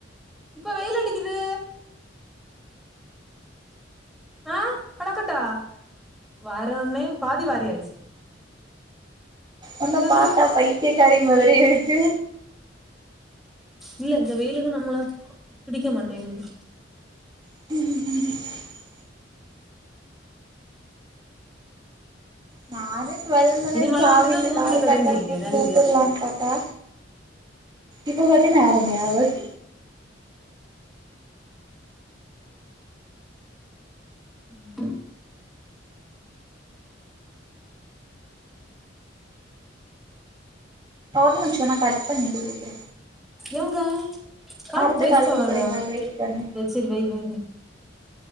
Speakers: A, in the centre; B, on the right.
A: இப்ப வெயில் அடிக்குது ஆஹ் கடக்கட்டா வார உன்னே பாதி வாரியாச்சு
B: ஒன்ன
A: இது வந்து
B: பாத்தா பைத்தயகாரி மாதிரி இருக்கு
A: இல்ல இந்த வெயிலுக்கு நம்மள பிடிக்க மாட்டேகுது
B: உஹம் உ உ நானு டுவெல் மினிட்ஸ்
A: இனி மழ
B: ஆகு
A: வந்துன்னா
B: இந்த
A: கோந்துரு
B: கால்
A: கெடங்க
B: கட்டாகுனு
A: இங்க
B: கூப்பிடலான்னு பாத்தா இப்ப மட்டு நேரமே ஆவாது
A: ம்
B: ஒரு நிமிஷோ நா கட் பண்ணிட்டு கூப்டு
A: ஏங்க கால்
B: அடுத்த
A: க்கு வேஸ்ட்
B: கூப்பிடுங்கள்
A: ஆவாத
B: வெயிட் பண்ணு
A: எ செரி வெய் வெய் வெய்